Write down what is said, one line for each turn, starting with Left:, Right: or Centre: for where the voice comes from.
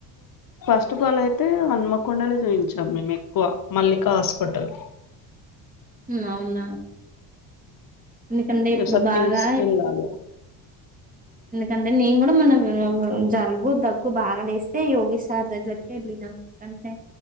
Left: ఫీస్ట్ పని అయితే హన్మకొండలే చూయించాం మేము ఎక్కువ మల్లిక హాస్పిటల్
Right: ఉ అవునా ఎందుకంటే ఇప్పుడు
Left: స్యీ
Right: బాగా
Left: కేంలాల
Right: ఎందుకంటే నేను కూడా మన జలుబు దగ్గు బాగా లేస్తే యోగిీష్ సార్ దగ్గరికి వెళ్ళినం ఎందుకంటే